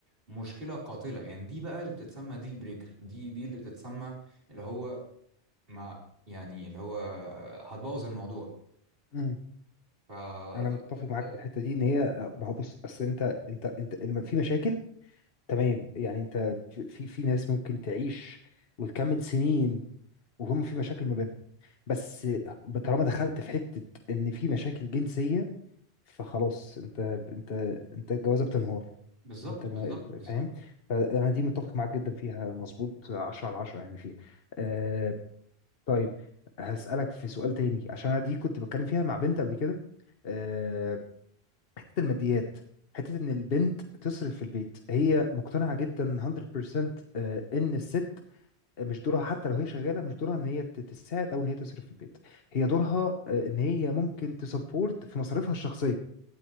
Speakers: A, on the right; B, on the left.
A: مشكلة قاتلة يعني دي بقى اللي بتتسمى ديل بريكر دي دي اللي بتتسمى اللي هو ما يعني اللي هو هتبوظ الموضوع
B: امم
A: فده
B: انا متفق
A: ده-
B: معاك في الحته دي ان هي آه، ما هو بص اصل انت انت انت الم- في مشاكل تمام يعني انت في في ناس ممكن تعيش وتكمل سنين وهم في مشاكل ما بينهم بس طالما دخلت في حته ان في مشاكل جنسيه فخلاص انت انت انت الجوازه بتنهار
A: بالظبط
B: انت ما-
A: بالظبط بالظبط
B: فاهم فانا دي متفق معاك جدا فيها مظبوط 10 على 10 يعني فيها آه طيب هسألك في سؤال تاني عشان انا دي كنت بتكلم فيها مع بنت قبل كده آه حتة الماديات حتة ان البنت تصرف في البيت هي مقتنعة جدا 100% آه ان الست مش دورها حتى لو هي شغالة مش دورها ان هي ت- تساعد او ان هي تصرف في البيت هي دورها آه ان هي ممكن تسبورت في مصاريفها الشخصية